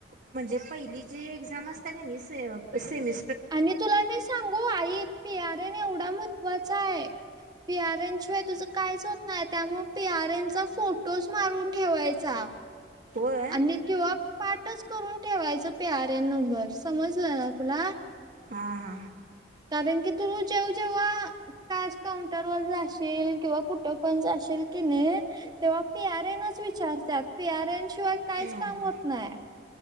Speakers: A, on the right (about 50°); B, on the right (about 20°).
A: म्हणजे पहिली जी एक्झाम असत्या क नाही सेमि
B: आणि तुला मी सांगू आईक पी आर एन एवढा महत्त्वाचा हाय. पी आर एन शिवाय तुझं काहीच होत नाही,, त्यामुळं पी आर एनचा फोटोच मारून ठेवायचा.
A: होय
B: आणि किंवा पाठच करून ठेवायचं पी आर एन नंबर,, समजलं ना तुला.
A: हा हा.
B: कारण की तु जेव जेव्हा कॅश काउंटर वर जाशील किंवा कुठं पण जाशील कि नाही तेव्हा पी आर एनच विचारत्यात,, पीआरएन शिवाय काहीच
A: हा
B: काम होत नाय.